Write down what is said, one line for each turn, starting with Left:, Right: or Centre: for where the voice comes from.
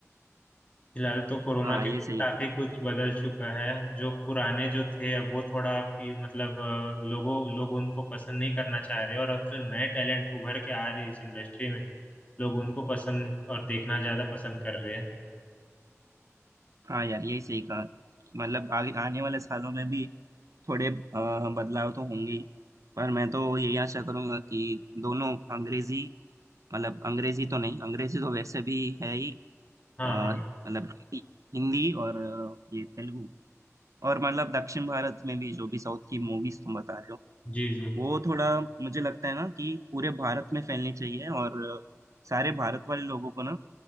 Left: फिलहाल तो कोरोना
Right: हाँ
Left: के
Right: ये
Left: बाद
Right: सही
Left: काफी कुछ बदल चुका है जो पुराने जो थे अब वो थोड़ा कि मतलब अ, लोगों लोग उनको पसंद नहीं करना चाह रहे और अब जो नए टैलेंट उभर के आ रहे हैं इस इंडस्ट्री में लोग उनको पसंद और देखना ज्यादा पसंद कर रहे हैं
Right: हाँ यार यही सही कहा मतलब आगे आने वाले सालों में भी थोड़े अ, बदलाव तो होंगे ही। पर मैं तो यही आशा करूंगा कि दोनों अंग्रेजी मतलब अंग्रेजी तो नहीं अंग्रेजी तो वैसे भी है ही
Left: हाँ
Right: अ, मतलब
Left: हाँ
Right: हिंदी हिंदी और अ, ये तेलुगु और मतलब दक्षिण भारत में भी जो भी साउथ की मूवीज तुम बता रहे हो
Left: जी जी
Right: वो थोड़ा मुझे लगता है ना कि पूरे भारत में फैलनी चाहिए और अ, सारे भारत वाले लोगों को ना